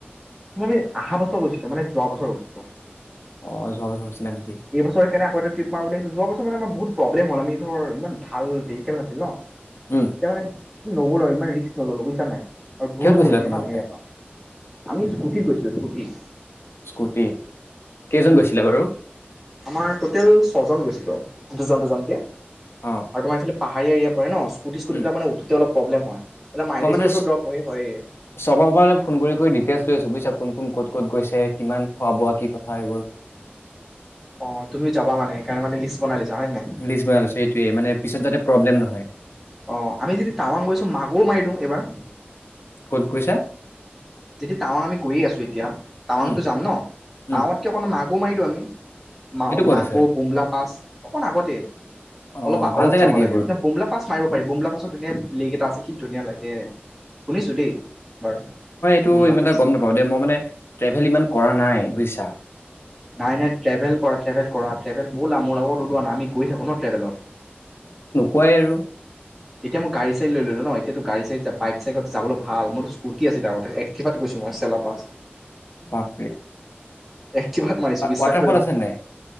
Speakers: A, in the centre; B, on the left (about 80°).
A: মই মানে অহা বছৰ গৈছো মানে যোৱা বছৰ গৈছিলো
B: অ যোৱা বছৰ গৈছিলা নেকি
A: এইবছৰ কেনে আকৌ এটা ট্ৰিপ মাৰো বুলিছোঁ যোৱা বছৰ মানে আমাৰ বহুত প্ৰব্লেম হ'ল আমি ধৰ ইমান ভাল ভেৰিকেল নাছিল ন
B: উম
A: তে মান নগলো আৰু ইমান ৰিস্ক নললোঁ বুজিছা নে নাই আৰু দূৰ
B: কিহত গৈছিলা
A: পৰিলে
B: তোমালোকে
A: ন আমাৰ ইয়াৰ পৰা আমি স্কুটিত গৈছিলো স্কুটিত
B: স্কুটি কেইজন গৈছিলে বাৰু
A: আমাৰ টটেল ছয়জন গৈছিলো দুজন দুজনকে আৰু
B: অ
A: তোমাৰ আছিলে পাহাৰীয়া এৰিয়া পৰে ন স্কুটি
B: উম
A: মানে উঠতে অলপ প্ৰব্লেম হয় এতিয়া মাইলেজটোতো
B: মই মানে
A: ড্ৰপ হয়ে হয়ে
B: চব মানে ফোন কৰি কৰি ডিটেইলছ লৈ আছো বুজিছা কোন কোন ক'ত ক'ত গৈছে কিমান খোৱা বোৱা কি কথা এইবোৰ
A: অ তুমি যাবা মানে সেইকাৰণে লিষ্ট বনাই লৈছা হয় নে নাই?
B: লিচ বনালো সেইটোৱে মানে পিছত যাতে প্ৰব্লেম নহয়
A: অ আমি যদি টাৱাং গৈছো মাগুৰ মাৰি দিওঁ এইবাৰ
B: ক'ত গৈছো
A: যিতি টাৱাং আমি কৰি আছো এতিয়া টাৱাংতটো
B: উম
A: যাম ন
B: উম
A: টাৱতকে মাক বোমাইটো আমি মা
B: সেইটো ক'ত
A: মাগুৰ
B: আছে
A: বুমলা পাছ অকণ আগতে
B: অ
A: অলপ
B: ভাল
A: অলপ
B: জেগা
A: যাব
B: নেকি
A: লাগে
B: এইবোৰ
A: মানে বুমলা পাছ মাৰিব পাৰি বুমলা পাছৰ ধুনীয়া লেক এটা আছে কি ধুনীয়া লাগে শুনিছোঁ দেই বাৰু
B: তো
A: বুমলা
B: ইমান
A: পাছ
B: এটা গম নাপাও দেই মই মানে ট্ৰেভেল ইমান কৰা নাই বুইছা
A: নাই নাই ট্ৰেভেল কৰা ট্ৰেভেল কৰা ট্ৰেভেল ব'লা মোৰ লগত ওলোৱা। আমি গৈ থাকো ন ট্ৰেভেলত
B: কয় আৰু
A: এতিয়া মই গাড়ী চাই লৈ ললো ন। এতিয়া গাড়ী চাই, বাইক চাইকত যাবলৈ ভাল। মোৰতো স্কুটি আছে গাঁৱতে একেপাত গৈছো মই চেলা পাছ
B: পাপ
A: একেবাত মাৰিছো বিশ্বাস
B: ৱাটাৰফল
A: কৰিবা।
B: আছে নাই